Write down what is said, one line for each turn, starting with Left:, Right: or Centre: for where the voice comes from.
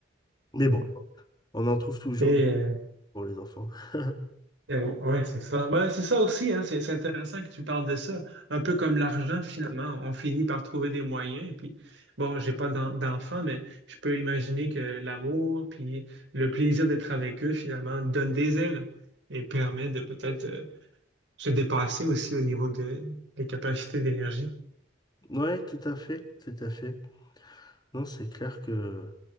Left: mais
Right: Ouais.
Left: bon, on en trouve toujours
Right: Et
Left: de-
Right: euh,
Left: pour les enfants. <laughs>
Right: Eh Oui, ouais, c'est ça. Ben, c'est ça aussi, hein, c'est c'est intéressant que tu parles de ça. Un peu comme l'argent, finalement, on finit par trouver des moyens. Et puis, bon, j'ai pas d'en- d'enfants, mais je peux imaginer que l'amour, puis le plaisir d'être avec eux, finalement, donne des ailes et permet de peut-être euh, se dépasser aussi au niveau de, des capacités d'énergie.
Left: Ouais, tout à fait, tout à fait. Non, c'est clair que